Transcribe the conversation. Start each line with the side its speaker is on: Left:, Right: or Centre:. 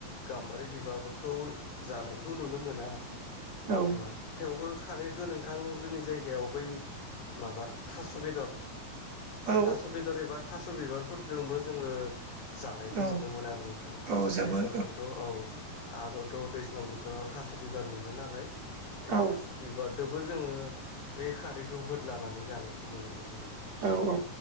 Left: गा- म्बारि बिबारखौ जानायखौ नुनो मोना
Right: आरो
Left: एमान थेवबो खारै गोनां नोंथां जोंनि जायगायाव बै माबा थास' बेदर
Right: औ
Left: थास' बेदर एबा थास' बिबारफोरजोंबो जोङो जानायखौ
Right: औ
Left: नुनो मोनो आरो नोंथां थास'
Right: औ जोबोर
Left: बेदरखौथ' औ आरोथ' दैज्लां बोथोराव थास' बिबार मोनो नालाय बे
Right: औ
Left: थास' बिबार दोबो जोङो बे खारैखौ होदलानानै जानायखौ नुनो मोनो नों
Right: औ औ